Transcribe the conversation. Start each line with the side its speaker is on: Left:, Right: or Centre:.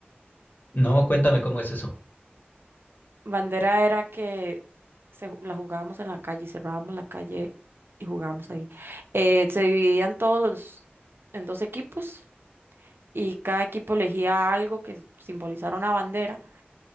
Left: No, cuéntame cómo es eso.
Right: Bandera era que se, ju- la jugábamos en la calle, cerrábamos la calle y jugábamos ahí. Eh, se dividían todos los- en dos equipos y cada equipo elegía algo que simbolizara una bandera